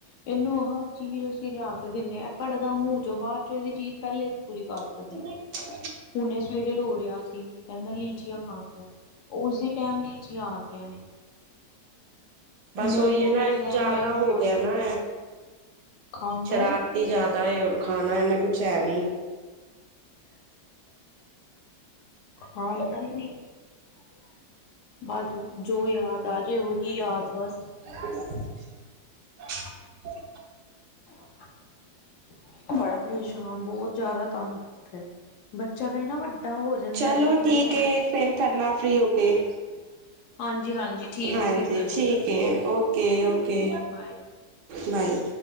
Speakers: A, on the left; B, on the right.
A: ਇਹਨੂੰ ਹਰ ਚੀਜ਼ ਅਸੀਂ ਲਿਆ ਕੇ ਦੀਨੇ ਆ ਕੱਢਦਾ ਮੂੰਹ ਚੋਂ ਬਾਅਦ ਚੋਂ ਇਹਦੀ ਚੀਜ਼ ਪਹਿਲੇ ਏਦੀ ਪੂਰੀ ਕਰ।
B: <inaudible>
A: ਦਿੰਨੇ ਆ ਹੁਣੇ ਸਵੇਰੇ ਰੋ ਰਿਆ ਸੀ ਕਹਿੰਦਾ <unintelligible> ਲੀਚੀਆਂ ਖਾਣੀਆਂ ਉਸੀ ਟਾਈਮ ਲੀਚੀਆਂ ਆ ਗਈਆਂ ਨੇ।
B: ਬਸ
A: ਮੈਂਗੋ
B: ਓਹੀ ਆ
A: ਕਹਿੰਦਾ
B: ਨਾ ਜ਼ਿਆਦਾ
A: ਮੈਂਗੋ
B: ਹੋ
A: ਆ
B: ਗਿਆ
A: ਜਾਂਦਾ
B: ਨਾ।
A: ਖਾਂਦਾ
B: ਸ਼ਰਾਰਤੀ
A: ਹੀ ਨਹੀਂ
B: ਜ਼ਿਆਦਾ
A: ਇਹ
B: ਏ ਔਰ ਖਾਣਾ ਇਹਨੇ ਕੁਛ ਹੈ ਨੀ।
A: ਖਾਦਾਂ ਈ ਨੀ। ਬਸ ਜੋ ਯਾਦ ਆ ਜੇ ਉਹੀ ਯਾਦ ਬਸ।
B: <inaudible>
A: <inaudible> ਬੜਾ ਪਰੇਸ਼ਾਨ ਬਹੁਤ ਜ਼ਿਆਦਾ ਤੰਗ ਕਰਦਾ ਐ ਬੱਚਾ ਦੇ ਨਾ ਵੱਡਾ ਤਾਂ ਓ ਹੋ ਜਾਂਦਾ
B: ਚਲੋ
A: ਤਾਂ ਥੋੜ੍ਹਾ
B: ਠੀਕ
A: ਸਾ
B: ਹੈ ਫਿਰ ਕਰਨਾ ਫ੍ਰੀ ਹੋਕੇ।
A: ਹਾਂਜੀ ਹਾਂਜੀ। ਠੀਕ
B: ਹਾਂਜੀ
A: ਹੈ ਫਿਰ ਕਰਨੀ
B: ਠੀਕ
A: ਆ।
B: ਐ ਓਕੇ ਓਕੇ
A: ਬਾਏ।
B: ਬਾਏ।